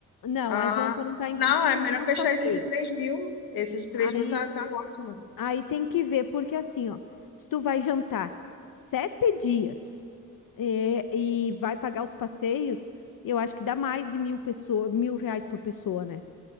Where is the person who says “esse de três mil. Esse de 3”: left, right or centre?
Left